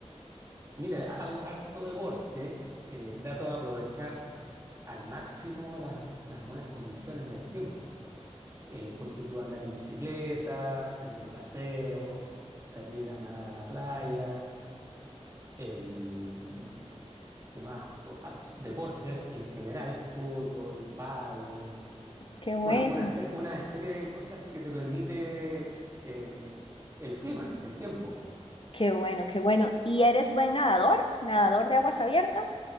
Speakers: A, on the right; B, on the left.
A: Mira, hago harto deporte, eh, trato de aprovechar al máximo las, las buenas condiciones del tiempo. Eh, ponte tú a andar en bicicleta, salir de paseo, salir a nadar a la playa, em, ¿qué más? Cu- ah, Deportes en general, fútbol, pádel.
B: Qué bueno,
A: Bueno, una, se- una serie de cosas que te permite em, el clima, el tiempo.
B: qué bueno, qué bueno. ¿Y eres buen nadador? ¿Nadador de aguas abiertas?